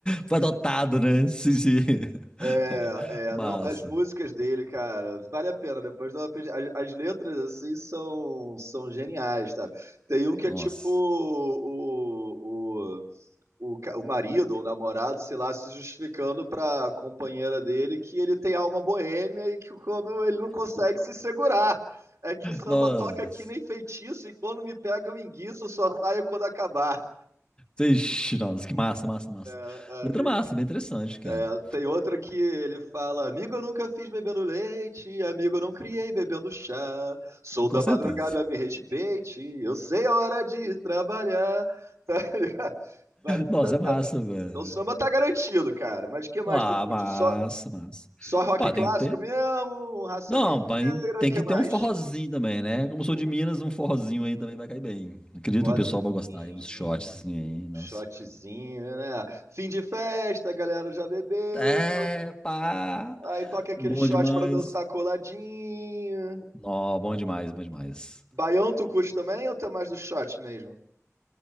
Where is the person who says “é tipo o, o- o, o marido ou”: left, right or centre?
Right